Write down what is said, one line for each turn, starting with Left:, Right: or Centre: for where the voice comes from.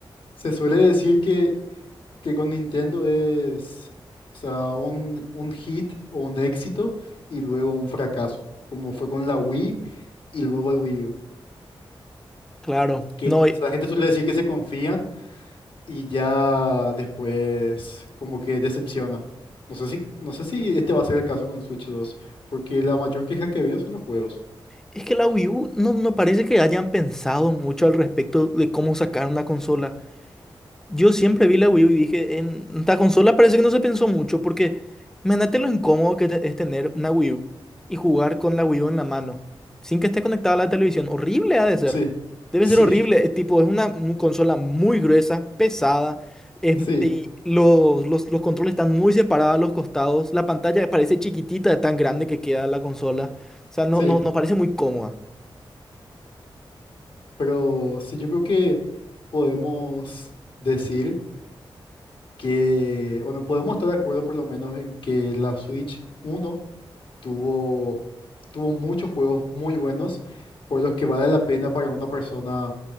Left: Se suele decir que, que con Nintendo es, o sea, un, un hit o un éxito y luego un fracaso, como fue con la Wii y luego el Wii U.
Centre: Claro,
Left: Que
Centre: no.
Left: la gente suele decir que se confían y ya después como que decepciona. No sé si, no sé si este va a ser el caso con Switch dos porque la mayor queja que veo son los juegos.
Centre: Es que la Wii U no, no parece que hayan pensado mucho al respecto de cómo sacar una consola. Yo siempre vi la Wii U y dije, en esta consola parece que no se pensó mucho porque imagínate lo incómodo que te- es tener una Wii U y jugar con la Wii U en la mano sin que esté conectada a la televisión. Horrible ha de ser.
Left: Sí,
Centre: Debe
Left: <laughs>
Centre: ser horrible.
Left: sí,
Centre: Es tipo, es una, un consola muy gruesa, pesada. es-
Left: sí,
Centre: y los, los, los controles están muy separados a los costados. La pantalla parece chiquitita de tan grande que queda la consola. O sea, no,
Left: sí.
Centre: no, no parece muy cómoda.
Left: Pero sí, yo creo que podemos decir que, bueno, podemos estar de acuerdo por lo menos en que la Switch uno tuvo, tuvo muchos juegos muy buenos, por los que vale la pena para una persona